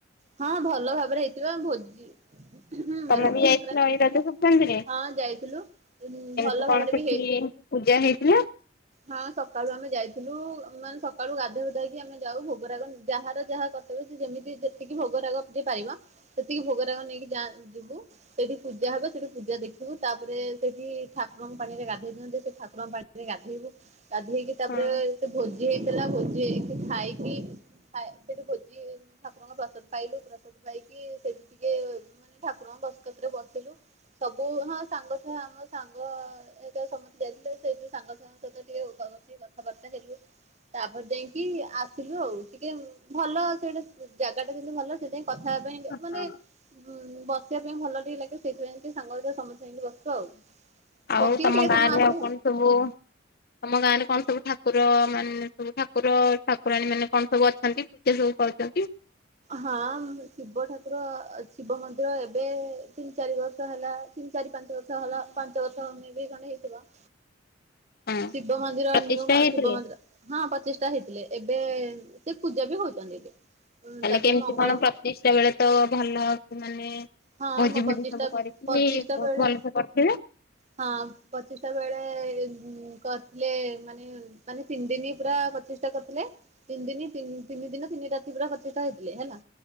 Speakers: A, on the right; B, on the left.
A: ହଁ ଭଲ ଭାବରେ ହେଇଥିବା ଭୋଜି ହୁଁ ହୁଁ
B: ତମେ
A: ରଜ
B: ବି ଯାଇଥିଲ
A: ସଂକ୍ରାନ୍ତିରେ
B: ଏଇ ରଜ ସଂକ୍ରାନ୍ତିରେ
A: ହଁ ଯାଇଥିଲୁ
B: କେମିତି
A: ଭଲ
B: କଣ
A: ଭାବରେ
B: ସେଠି
A: ବି ହେଇ
B: ପୂଜା ହେଇଥିଲା।
A: ହଁ ସକାଳୁ ଆମେ ଯାଇଥିଲୁ ମାନେ ସକାଳୁ ଗାଧୋଇ ଗୁଧା ହେଇକି ଆମେ ଯାଉ ଭୋଗରାଗ ଯାହାର ଯାହା କ ତେବେ ସେ ଯେମିତି ଯେତିକି ଭୋଗରାଗ ଯିଏ ପାଇବା ସେତିକି ଭୋଗରାଗ ନେଇକି ଯାଁ ଯିବୁ ସେଇଠି ପୂଜା ହବ ସେଠି ପୂଜା ଦେଖିବୁ ତାପରେ ସେଠି ଠାକୁରଙ୍କ ପାଣିରେ ଗାଧେଇ ଦିଅନ୍ତି ସେ ଠାକୁରଙ୍କ ପାଣି ରେ ଗାଧେଇବୁ ଗାଧେଇକି ତାପରେ
B: ହଁ।
A: ସେ ଭୋଜି ହେଇଥିଲା ଭୋଜି ହେଇକି ଖାଇକି ଖାଏ ସେଠି ଭୋଜି ଠାକୁରଙ୍କ ପ୍ରସାଦ ପାଇଲୁ ପ୍ରସାଦ ପାଇକି ସେଇଠୁ ଟିକେ ମାନେ ଠାକୁରଙ୍କ ବସକତ୍ ରେ ବସିଲୁ। ସବୁ ହଁ ସାଙ୍ଗ ଛୁଆ ଆମ ସାଙ୍ଗ ଏ ତ ସମସ୍ତେ ଯାଇଥିଲେ ସେଇଠୁ ସାଙ୍ଗ ସାଙ୍ଗ <unintelligible> ବସିକି କଥାବାର୍ତ୍ତା ହେଲୁ ତାପରେ ଯାଇଁକି ଆସିଲୁ ଆଉ। ଟିକେ ଉଁ ଭଲ ସେଇଟା ଜାଗା ଟା ଯେନ୍ତି ଭଲ ସେଇଥ ପାଇଁ କଥା ହବା ପାଇଁକା
B: ହଁ
A: ମାନେ ଉଁ ବ ସିବା ପାଇଁ ଭଲ ଟିକେ ଲାଗେ ସେଇଥି ପାଇଁକି ସାଙ୍ଗ ହେଇକା ସମସ୍ତେ ହିନ୍ତି ବସଚୁ ଆଉ।
B: ଆଉ
A: ବସିକି
B: ତମ
A: ଟିକେ
B: ଗାଁ
A: ସମୟ ଆସୁ
B: ରେ ଆଉ କଣ ସବୁ ତମ ଗାଁ ରେ କଣ ସବୁ ଠାକୁର ମାନେ ସବୁ ଠାକୁର ଠାକୁରାଣୀ ମାନେ କଣ ସବୁ ଅଛନ୍ତି? ପୂଜା ସବୁ ପାଉଚନ୍ତି?
A: ହଁ ହଁ ଶିବ ଠାକୁର ଅ ଶିବ ମନ୍ଦିର ଏବେ ଏ ଏ ତିନ ଚାରି ବର୍ଷ ହେଲା ତିନ ଚାରି ପାଞ୍ଚ ବର୍ଷ ହେଲା ପାଞ୍ଚ ବର୍ଷ ମେବି ଖଣ୍ଡେ ହେଇଥିବ
B: ହଁ
A: ଶିବ ମନ୍ଦିର
B: ପ୍ରତିଷ୍ଠା
A: ନ୍ୟୁ ମ
B: ହେଇଥିଲେ?
A: ଶିବ ମନ୍ଦିର ହଁ ପଚିଷ୍ଟା ହେଇଥିଲେ ଏବେ ଏ ଏ ମ୍ ସେ ପୂଜା ବି ହଉଚନ୍ତି ଏବେ। ଉଁ
B: ତାହାଲେ
A: ତାପରେ
B: କେମତି
A: ମଙ୍ଗଳା
B: କଣ ପ୍ରତିଷ୍ଠା ବେଳେ ତ ଭଲ କି ମାନେ
A: ହଁ
B: ଭୋଜି
A: ମୋ
B: ଭୋଜି
A: ପଚିଶଟା
B: ସବୁ କରିକି
A: ପଚିଶଟା
B: ବହୁତ
A: ବେଳେ
B: ଭଲସେ କରଥିବେ?
A: ହଁ ପଚିଷ୍ଟା ବେଳେ ଏ ଏ କରିଥିଲେ ମାନେ ମାନେ ତିନ ଦିନି ପୁରା ପଚିଶ ଟା କରଥିଲେ ତିନ ଦିନି ତିନି ଦିନ ତିନି ରାତି ପୁରା ପ୍ରତିଷ୍ଠା ହେଇଥିଲେ ହେଲା।